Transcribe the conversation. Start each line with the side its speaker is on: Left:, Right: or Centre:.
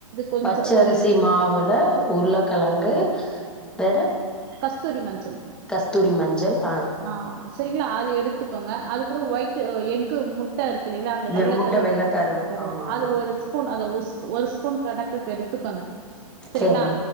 Right: கொஞ்சோ
Centre: பச்சரிசி
Right: ஒரு
Centre: மாவுல உருளக்கெழங்கு
Right: ஆ,
Centre: வேற
Right: கஸ்தூரி மஞ்சள்
Centre: கஸ்தூரி மஞ்சள் அ
Right: ஆ சரிங்களா அது எடுத்துக்கங்க அது கூட ஒய்ட் எக்கு முட் ட்டா இருக்குல்லிங்களா அந்த
Centre: வெ
Right: வெள்ளக்கருவு
Centre: முட்ட வெள்ளக்கருவு
Right: கரு
Centre: ஆமா ஆமா
Right: அது ஒரு ஸ்பூன் அத ஒர் ஸ் ஒரு ஸ்பூன் கட க்கு கெடுத்துக்கங்க சரிங்களா
Centre: சரி